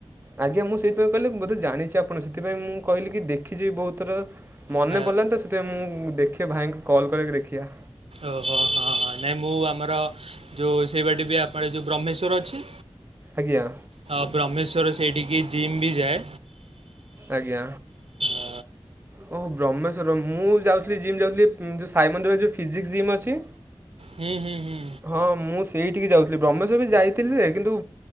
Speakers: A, on the right; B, on the right.
A: ଆଜ୍ଞା ମୁଁ ସେଇଥିପାଇଁ କହିଲି ବୋଧେ ଜାଣିଛି ଆପଣକୁ ସେଥିପାଇଁ ମୁଁ କହିଲି କି ଦେଖିଛିି ବି ବହୁତ ଥର। ମନେପଡ଼ିଲାନି
B: ହଁ
A: ତ ସେଥିପାଇ ମୁଁ ଦେଖେ ଭାଇଙ୍କୁ କଲ୍ କରିକି ଦେଖିଆ।
B: ଓହୋ ହଁ ନାଇଁ ମୁଁ ଆମର। ଯୋଉ ସେଇ ବାଟେ ବି ଆପଣ ଯୋଉ ବ୍ରହ୍ମେଶ୍ଵର ଅଛି।
A: ଆଜ୍ଞା।
B: ହଁ ବ୍ରହ୍ମେଶ୍ଵର ସେଇଠି କି ଜିମ ବି ଯଏ।
A: ଆଜ୍ଞା।
B: ଅ,
A: ଓ ହୋ ବ୍ରହ୍ମେଶ୍ୱର ମୁଁ ଯାଉଥିଲି ଜିମ୍ ଯାଉଥିଲି ଉଁ ସାଇ ମନ୍ଦିର ଯୋଉ ଫିଜିକ୍ସ ଜିମ୍ ଅଛି।
B: ହୁଁ ହୁଁ ହୁଁ।
A: ହଁ ମୁଁ ସେଇଠିକି ଯାଉଥିଲି ବ୍ରହ୍ମେଶ୍ୱର ବି ଯାଇଥିଲି କିନ୍ତୁ